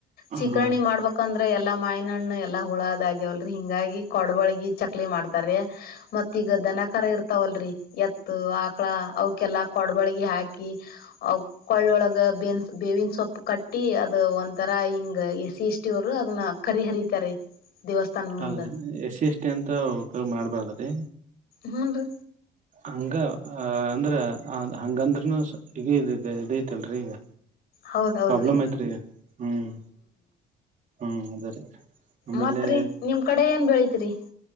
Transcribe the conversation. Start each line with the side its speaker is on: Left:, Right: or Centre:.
Left: ಸೀಕರ್ಣಿ
Right: ಹ
Left: ಮಾಡ್ಬೇಕಂದ್ರೆ. ಎಲ್ಲಾ ಮಾಯಿನಣ್ಣ ಎಲ್ಲಾ ಹುಳದಗ್ಯವಲ್ರಿ ಹಿಂಗಾಗಿ ಕೊಡಬಳಗಿ ಚಕ್ಲಿ ಮಾಡ್ತಾರೆ ಮತ್ ಈಗ ದನಕಾರ ಇರ್ತ. ತವಲ್ರಿ ಎತ್. ಆಕ್ಳ ಅವಕೆಲ್ಲ. ಕೊಡ್ಬಳಗೆ ಹಾಕಿ ಕೊಳ್ಳೊಳಗೆ ಬೇನ್ಸ್ ಬೇವಿನ ಸೊಪ್ಪು ಕಟ್ಟಿ ಅದು ಒಂಥರ ಇಂಗು ಎಸ್ ಸಿ ಎಸ್ ಟಿ ದವರು ಅದನ್ನ ಕರಿ ಹರಿತಾರೆ. ದೇವಸ್ಥಾನ
Right: ಹೌದಾ
Left: ಮುಂದ
Right: ಎಸಿ ಎಷ್ಟಿ ಅಂತ ಉಪಯೋಗ ಮಾಡ್ಬಾರ್ದ್ರಿ.
Left: ಹೌದು.
Right: ಹಂಗ ಅಂದ್ರ ಹಂಗದ್ರೂನು <unintelligible> ಇದೇತಿಲ್ರೀ ಈಗ.
Left: ಹೌದ್ ಹೌದ್ರಿ
Right: ಪ್ರಾಬ್ಲಮ್ ಐತೆರಿ ಹ್ಮ್ ಹ್ಮ್ ಅದೇ ರಿ ಅಮೇಲೆ
Left: ಮತ್ರಿ ನಿಮ್ ಕಡೆ ಏನ್ ಬೆಳಿತಿರಿ